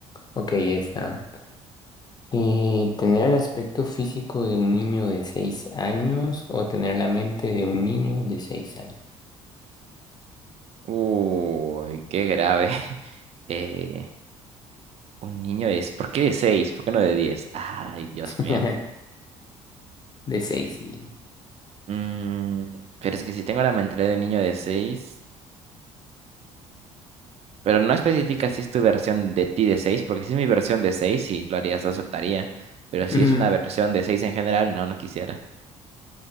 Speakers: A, on the left (about 25°); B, on the right (about 40°).
A: Ok, ya está. ¿Y tener el aspecto físico de un niño de seis años o tener la mente de un niño de seis años?
B: Uy, qué grave. <laughs> Eh, un niño de ¿por qué de 6? ¿Por qué no de 10? Ay, Dios
A: <laughs>
B: mío.
A: De seis, sí.
B: Mm, pero es que si tengo la mentalidad de un niño de 6, pero no especifica si es tu versión de ti de 6, porque si es mi versión de 6 sí, lo harías, lo aceptaría. Pero si
A: Ujú.
B: es una versión de 6 en general, no, no quisiera.